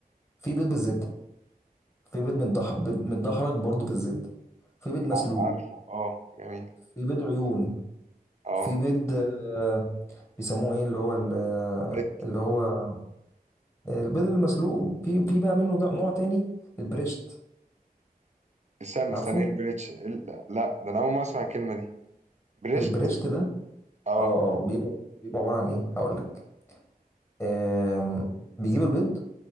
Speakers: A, on the left; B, on the right.
A: في بيض بالزبده في بيض متضح بيض متدحرج برضه في الزبده في بيض مسلوق
B: ع- عارفه اه جميل
A: في بيض عيون
B: اه
A: في بيض آه، بيسموه ايه اللي هو ال-
B: بلت-
A: اللي هو البيض المسلوق في في بقى منه نوع تاني البريشت
B: استنى
A: عارفه
B: استنى ايه البليتش إيه ال- لا لا، ده انا اول ما اسمع الكلمه دي بليشت
A: البريشت ده
B: اه
A: اه اه بيبقى بيبقى عباره عن ايه هقول لك آم، بيجيب البيض